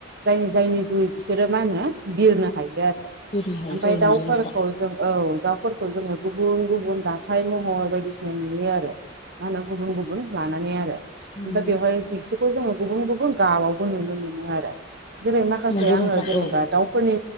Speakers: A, on the right; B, on the left.
A: जायनि जायनि जुयै बिसोरो मा होनो बिरनो हायो आरो।
B: बिरनो हायो
A: ओमफ्राय
B: औ
A: दाउफोरखौ
B: नंगौ नोंथां
A: जों औ उफोरखौ जोङो गुबुन गुबुन दाथथाय महर बायदिसिना नुयो आरो मा होना गुबुन गुबुन थानानै आरो ओमफ्राय
B: नुनो मोन
A: बेवहाय बिसोरखौ जोङो गुबुन गुबुन गाबावबो नुनो मोनो आरो जेरै माखासे
B: नंगौ
A: आङो
B: नोंथां
A: जेनेबा
B: औ
A: दाउफोरनि